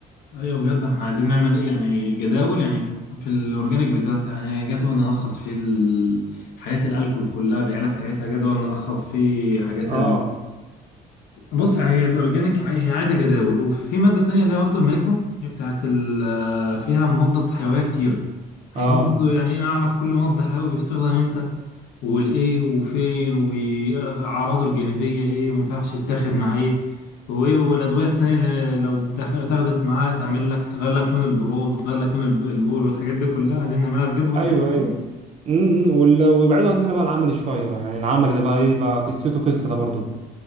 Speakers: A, on the left; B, on the right.
A: ايوه بجد احنا عايزين نعمل ايه يعني جداول يعني في الاورجانيك بالذات يعني جدول نلخص فيه ال- حاجات الالكول كلها بالعيله بتاعتها جدول نلخص فيه حاجات
B: اه
A: بص يعني هي الاورجانيك عاي- هي عايزه جداول وفي ماده تانية اللي هي برضه الميكرو هي بتاعت ال- آه، فيها مضادات حيويه كتيره عايزين
B: اه
A: برضه يعني ايه نعرف كل مضاد حيوي بيستخدم امتى والايه وفين واعراضه الجانبيه ايه وما ينفعش يتاخد مع ايه وايه والادويه التانية اللي لو اتاخ- اتاخدت معاه تعمل لك تغير لك لون البروز تغير لك لون الب- البول والحاجات دي كلها عايزين نعملها بجدول
B: ايوه
A: حلو
B: ايوه امم وال- ويبعدوا عننا بقى العملي شويه بقى يعني العملي ده بقى ايه بقى قصته قصه ده برضو